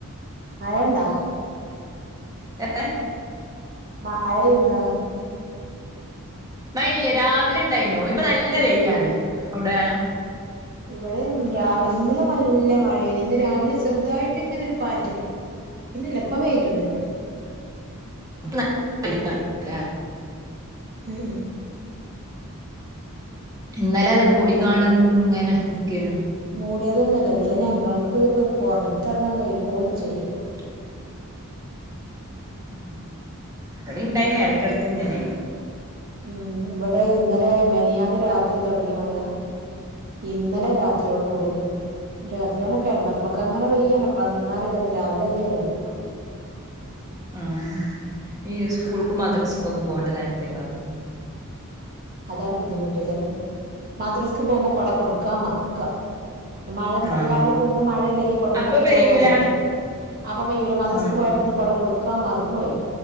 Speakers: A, on the right; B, on the right.
A: മഴണ്ടോ
B: ഏ
A: മഴയുണ്ടോ
B: മഴല്ലേ രാവിലെ ഉണ്ടായിനു ഇപ്പൊ നല്ല വെയിലാണ്. അവിടെ
A: ഇവിടെ രാവ് ഇന്നലെ നല്ല മഴയില് ഇന്ന് രാവിലെ ചെറുതായിട്ട് ഇങ്ങനെ ഒരു പാറ്റല് ഇന്നില്ല ഇപ്പ വെയിലുണ്ട്.
B: <unintelligible>
A: ഉം ഉം
B: ഇന്നലെ അത് മൂടിക്കാണ്ട് ഇങ്ങനെ നിക്കനു.
A: മൂടലൊന്നുമല്ല ഇന്നല്ലേ ഞങ്ങൾക്ക് പുറത്ത് ഇറങ്ങാൻ കയ്യില കോരിച്ചൊരിയ.
B: <inaudible> ഉം അത് ഇണ്ടാങ്ങിനെ എടകടക് ഇങ്ങനെ
A: ഉം ഇവിടെ ഇന്നലെ മെനിയാന്ന് രാത്രി തുടങ്ങിയ മഴ ഇന്നലെ രാത്രിയോട് കൂടി നിന്നു. രാത്രിയന്ന കെടന്നപ്പളൊക്കെ അങ്ങനെ വെയ്യാണ് അപ്പളാ നിന്നാറിയില്ല അന്ന് രാവിലെ അതിയാലും ഇല്ല.
B: <inaudible> ആ ഈ സ്കൂൾക്കും മദ്രസക്കും ഒക്കെ പോകണ്ട നേരത്തേക്ക ആ
A: അതാണ് ബുദ്ധിമുട്ട് ചിലപ്പോം മദ്രാസ്ക്ക് പോകുമ്പോ കൊട കൊടുക്കാ മറക്ക. മഴണ്ട്ത്
B: ആഹ്
A: രാവിലെ പോകുമ്പോ മഴ ഇല്ലെങ്കി കൊടന്നൊക്കെ
B: അപ്പൊ പെയ്യൂല
A: ഞാനൻതാണ്. അപ്പൊ പയ്യോ മദ്രസക്ക്
B: ആഹ്
A: പോയപ്പോ എന്ത കൊട കൊടുക്കു കാൻ മറന്നു പോയി